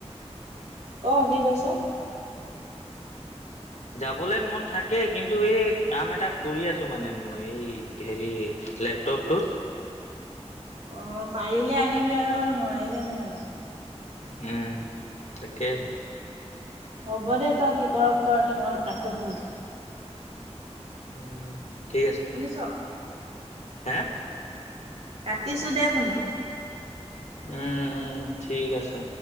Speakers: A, on the right; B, on the left.
A: ক কি কৈছ
B: যাবলে মন থাকে কিন্তু এই কাম এটা কৰি আছো মানে মই এই হেৰি লেপটপটোত
A: অঁ পাৰিলে আহিবি আৰু নোৱাৰিলে নাই আৰু
B: উম তাকেহে
A: হ'ব দে তই কি কৰ কৰ মই কাটো ফোনটো
B: উম ঠিক আছে
A: শুনিছ
B: হে
A: কাটিছো দে ফোনটো
B: উম উম ঠিক আছে